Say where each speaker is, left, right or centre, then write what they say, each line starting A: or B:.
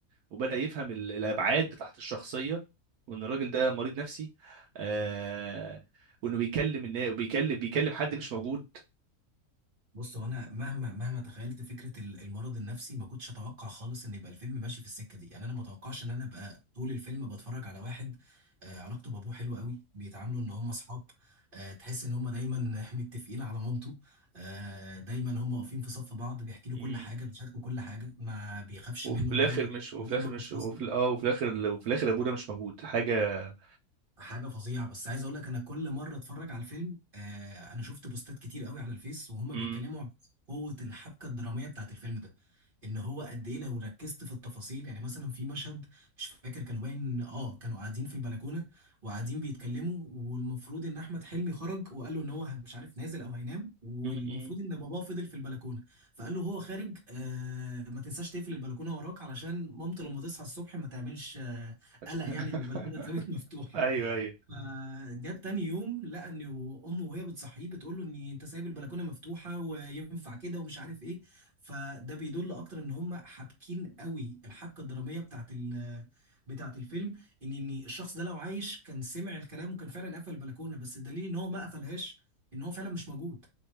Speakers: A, on the right; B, on the right.
A: وبدا يفهم ال- الابعاد بتاعت الشخصيه وان الراجل ده مريض نفسي آه... وانه بيكلم النا... بيكلم بيكلم حد مش موجود
B: بص هو انا مهما مهما تخيلت فكره ال- المرض النفسي ما كنتش اتوقع خالص ان يبقى الفيلم ماشي في السكه دي يعني انا ما اتوقعش ان انا ابقى طول الفيلم بتفرج على واحد آه، علاقته بابوه حلوه قوي بيتعاملوا ان هم اصحاب آه، تحس ان هم دايما <laughs> متفقين على مامته آه، دايما هم واقفين في صف بعض بيحكي له
A: مم.
B: كل حاجه بيشاركوا كل حاجه ما بيخافش
A: وفي
B: منه
A: الاخر
B: ان هو يحكي
A: مش وفي
B: له اي
A: الاخر
B: موقف
A: مش وفي
B: حصل
A: اه وفي الاخر وفي الاخر ابونا مش موجود حاجه
B: حاجه فظيعه بس عايز اقول لك انا كل مره اتفرج على الفيلم آه انا شفت بوستات كتير قوي على الفيس وهم
A: امم
B: بيتكلموا عن قوه الحبكه الدراميه بتاعت الفيلم ده ان هو قد ايه لو ركزت في التفاصيل يعني مثلا في مشهد مش فاكر كانوا باين اه كانوا قاعدين في البلكونه وقاعدين بيتكلموا والمفروض ان احمد حلمي خرج وقال له ان هو مش عارف نازل او هينام والمفروض
A: امم
B: ان باباه فضل في البلكونه فقال له هو خارج آه ما تنساش تقفل البلكونه وراك علشان مامته لما تصحى الصبح ما تعملش آه
A: <laughs>
B: قلق يعني ان البلكونه اتسابت مفتوحه
A: ايوه ايوه
B: فجت تاني يوم لقى ان امه وهي بتصحيه بتقول له ان انت سايب البلكونه مفتوحه وينفع كده ومش عارف ايه فده بيدل اكتر ان هم حابكين قوي الحبكه الدراميه بتاعت ال بتاعت الفيلم ان ان الشخص ده لو عايش كان سمع الكلام وكان فعلا قفل البلكونه بس الدليل ان هو ما قفلهاش ان هو فعلا مش موجود